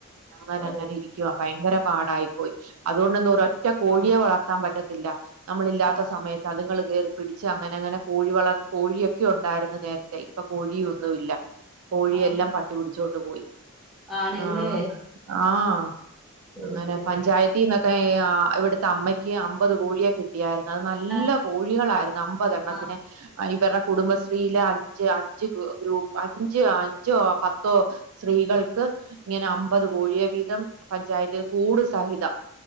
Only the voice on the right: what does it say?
അങ്ങന
അങ്ങനെ ഇരിക്കുവാ ഭയങ്കര പാടായി പോയി അതുകൊണ്ടൊന്നും ഒരൊറ്റ കോഴിയെ
വളർത്താൻ പറ്റാ ത്തില്ല നമ്മളില്ലാത്ത
സമയത്ത് അതുങ്ങൾ കേറി. പിടിച്ച് അങ്ങനെ അങ്ങനെ കോഴി വളർ കോഴിയൊക്കെ ഉണ്ടായിരുന്നു നേരത്തെ. ഇപ്പ കോഴിയൊന്നും ഇല്ല കോഴിയെല്ലാം
പട്ടിപിടിച്ചോണ്ട് പോയി.
ആഹ് ആഹ്.
അങ്ങനെ പഞ്ചായത്തിന്നൊക്കെ
ആഹ് ഇവിട്ത്തെ അമ്മയ്ക്ക് അമ്പത് കോഴിയെ കിട്ടിയായിരുന്നു. അത് നല്ല
കോഴികളായിരുന്നു അമ്പത് എണ്ണത്തിനെ
ഇവര്ടെ. കുടുംബശ്രീയില് അഞ്ച് അഞ്ച് ഗ്രൂപ്പ് അഞ്ച് അഞ്ചോ പത്തോ. സ്ത്രീകൾക്ക് ഇങ്ങനെ അമ്പത് കോഴിയെ വീതം പഞ്ചായത്തി കൂട് സഹിതം.